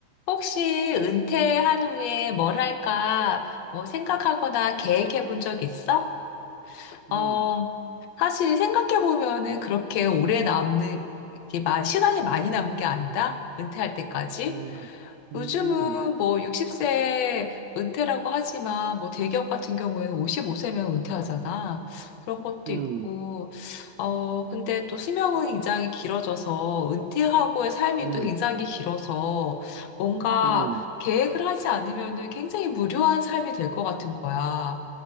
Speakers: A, on the left; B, on the right.
A: 혹시 은퇴한 후에 뭘 할까 뭐 생각하거나 계획해 본 적 있어? 어,
B: 음,
A: 사실 생각해 보면은 그렇게 오래 남는, 이렇게 마- 시간이 많이 남은 게 아니다. 은퇴할 때까지.
B: 음, 음,
A: 요즘은 뭐 60세 은퇴라고 하지만 뭐 대기업 같은 경우에는 55세면 은퇴하잖아. 그런 것도
B: 음,
A: 있고, 어, 근데 또 수명은 굉장히 길어져서 은퇴하고의 삶이
B: 음,
A: 또 굉장히 길어서 뭔가
B: 음,
A: 계획을 하지 않으면은 굉장히 무료한 삶이 될 것 같은 거야.